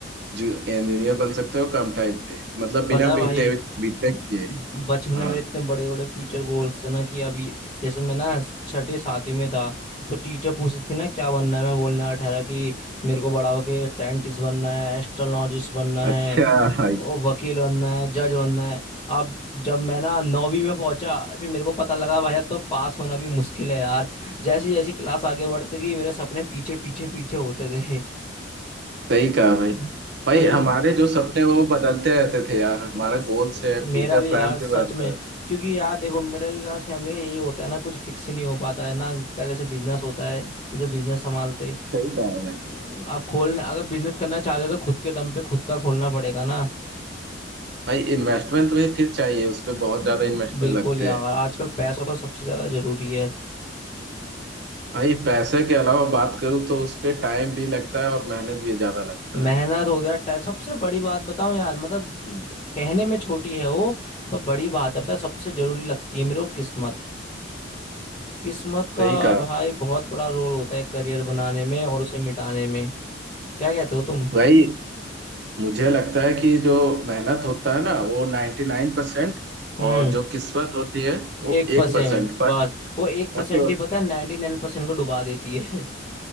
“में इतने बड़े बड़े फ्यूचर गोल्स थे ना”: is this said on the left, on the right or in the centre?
Left